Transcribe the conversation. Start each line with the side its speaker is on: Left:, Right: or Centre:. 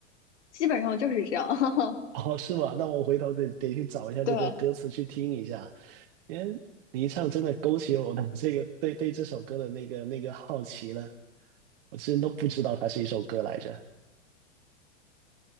Left: 基本上就是这样。<laughs>
Right: <laughs> 哦，是吗？那我回头得得去找一下这个歌词去听一下，
Left: 对，
Right: 因为你一唱真的勾起我的这个对对这首歌的那个那个好奇了，我之前都不知道它是一首歌来着。